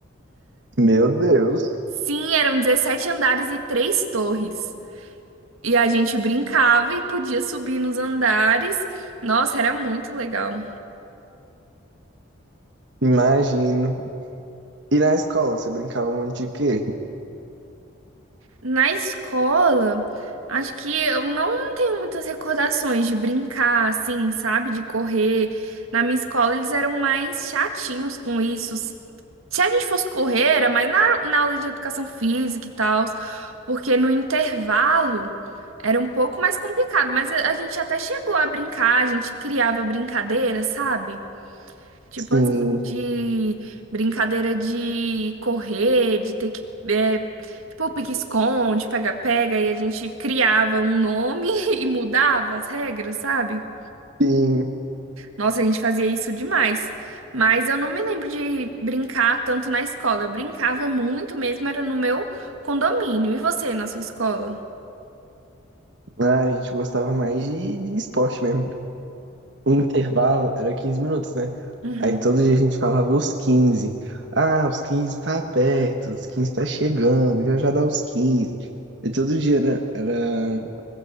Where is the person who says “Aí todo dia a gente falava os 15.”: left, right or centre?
Right